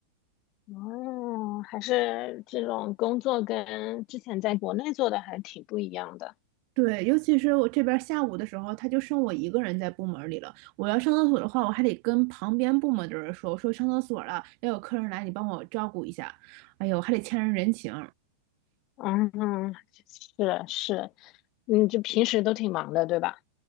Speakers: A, on the left; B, on the right.
A: 哦，还是这种工作跟之前在国内做的还挺不一样的。
B: 对，尤其是我这边下午的时候，他就剩我一个人在部门里了。我要上厕所的话，我还得跟旁边部门的人说，我说上厕所了，要有客人来，你帮我照顾一下。哎呦，还得欠人人情。
A: 嗯，是是，嗯，就平时都挺忙的，对吧？